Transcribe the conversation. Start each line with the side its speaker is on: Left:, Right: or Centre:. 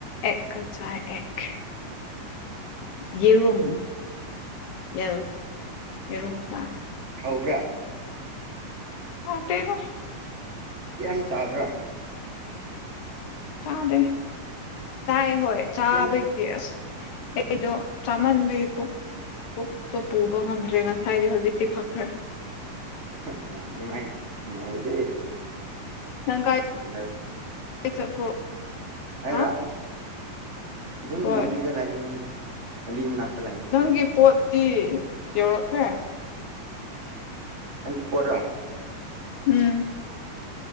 Left: ꯑꯦꯛ ꯆꯥꯏ ꯑꯦꯛ ꯌꯦꯔꯨꯝ ꯌꯦꯁ ꯌꯦꯔꯨꯝ ꯆꯥꯏ
Right: ꯍꯥꯎꯕ꯭ꯔꯥ
Left: ꯍꯥꯎꯇꯦꯗ
Right: ꯌꯥꯝ ꯆꯥꯕ꯭ꯔꯥ
Left: ꯆꯥꯗꯦ ꯆꯥꯏ ꯍꯣꯏ ꯆꯥꯕꯩ
Right: ꯌꯥꯝ
Left: ꯌꯦꯁ ꯑꯩꯗꯣ ꯆꯥꯃꯟꯕꯩ ꯄꯨꯛ ꯄꯨꯛꯇꯣ ꯄꯨꯕ ꯉꯝꯗ꯭ꯔꯦ ꯉꯁꯥꯏꯗꯤ ꯍꯧꯖꯤꯛꯇꯤ ꯐꯈ꯭ꯔꯦ
Right: <unintelligible> ꯅꯨꯡꯉꯥꯏ ꯅꯨꯡꯉꯥꯏꯗꯦ
Left: ꯅꯪ ꯀꯥꯏ
Right: <unintelligible>
Left: ꯀꯥꯏ ꯆꯠꯄ꯭ꯔꯣ
Right: ꯑꯩꯔꯣ
Left: ꯍꯥ
Right: ꯑꯗꯨꯝ
Left: ꯍꯣꯏ
Right: ꯂꯝꯕꯤꯗ ꯂꯩꯕꯅꯤꯅ ꯂꯝꯕꯤ ꯃꯅꯥꯛꯇ ꯂꯩꯕꯤꯅꯤꯅ
Left: ꯅꯪꯒꯤ ꯄꯣꯠꯇꯤ ꯌꯧꯔꯛꯈꯔꯦ
Right: ꯑꯩꯒꯤ ꯄꯣꯠ ꯂꯣ
Left: ꯎꯝ